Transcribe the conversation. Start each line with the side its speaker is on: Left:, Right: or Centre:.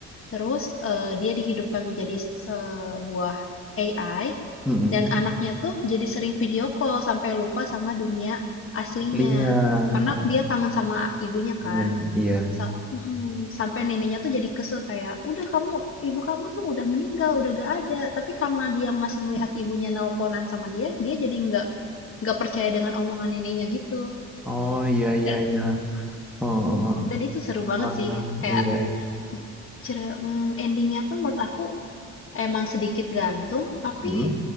Left: terus eh, dia dihidupkan menjadi se- sebuah AI,
Centre: Mm-mm.
Left: dan anaknya tuh jadi sering video call sampai lupa sama dunia aslinya.
Centre: Linya,
Left: Karena
Centre: oh,
Left: dia kangen sama ibunya kan.
Centre: punya. Iya.
Left: Sa mhm, sampai neneknya tuh jadi kesel kayak, "Udah kamu ibu kamu tuh udah meninggal, udah gak ada." Tapi karena dia masih melihat ibunya nelponan sama dia, dia jadi nggak nggak percaya dengan omongan neneknya gitu.
Centre: Oh iya iya
Left: Dan
Centre: iya. Oh, oh,
Left: ya
Centre: oh.
Left: dan itu seru banget
Centre: Wah,
Left: sih. Kayak,
Centre: iya
Left: m cere mmm, ending tuh menurut aku emang sedikit gantung, tapi,
Centre: iya.